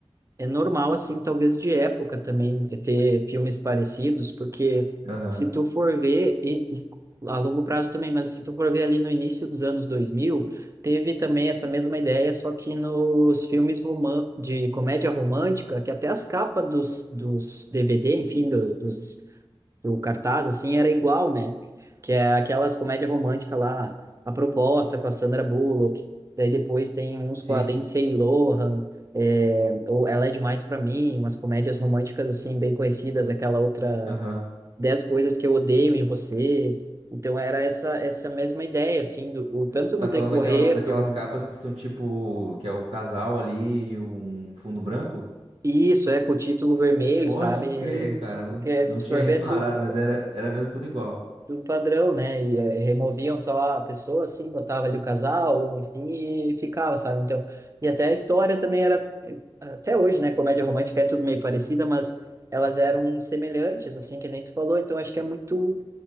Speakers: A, on the right (about 30°); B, on the right (about 85°).
A: É normal, assim, talvez de época também, eh, ter filmes parecidos, porque
B: Aham,
A: se tu for ver, e, e a longo prazo também, mas se tu for ver ali no início dos anos 2000, teve também essa mesma ideia, só que nos filmes roman de comédia romântica, que até as capas dos, dos DVD, enfim, do- dos do cartaz, assim, era igual, né? Que é aquelas comédias românticas lá, A Proposta com a Sandra Bullock, daí depois tem uns com
B: sim,
A: a Lindsay Lohan, é, ou Ela é Demais para Mim, umas comédias românticas, assim, bem conhecidas, aquela outra
B: aham.
A: Dez Coisas que Eu Odeio em Você. Então era essa essa mesma ideia, assim, do, o, tanto
B: Você
A: no
B: tá
A: decorrer
B: falando daquelas, daquelas
A: do...
B: capas que são tipo, que é o casal ali e um fundo branco?
A: Isso, é, com o título vermelho,
B: Pode
A: sabe?
B: crer,
A: É,
B: cara,
A: é,
B: não,
A: Porque
B: não
A: se tu
B: tinha
A: for
B: <laughs> reparado,
A: ver, é tudo
B: mas era, era mesmo tudo igual.
A: do padrão, né? E eh, removiam só a pessoa, assim, botava ali o casal, ou enfim, e ficava, sabe? Então, e até a história também era, eh, até hoje, né? Comédia romântica é tudo meio parecida, mas elas eram semelhantes, assim, que nem tu falou. Então, acho que é muito,